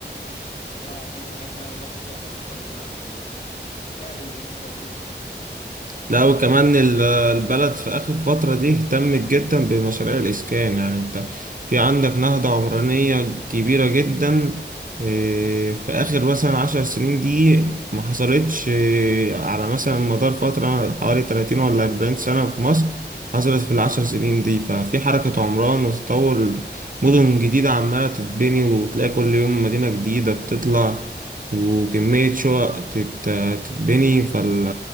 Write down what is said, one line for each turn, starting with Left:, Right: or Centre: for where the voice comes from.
Left: والله العظيم حاجات يعني لا تقدر بثمن يعني والله تستاهل اللي بيدفع فيها
Right: لا وكمان ال- البلد في آخر فترة دي اهتمت جدا بمشاريع الإسكان يعني أنت في عندك نهضة عمرانية كبيرة جدا إيه، في آخر مثلا عشر سنين دي ما حصلتش إيه، على مثلا مدار فترة حوالي تلاتين ولا أربعين سنة في مصر حصلت في العشر سنين دي ففي حركة عمران وتطور مدن جديدة عمالة تتبني وتلاقي كل يوم مدينة جديدة بتطلع وكمية شقق تت- تتبني فال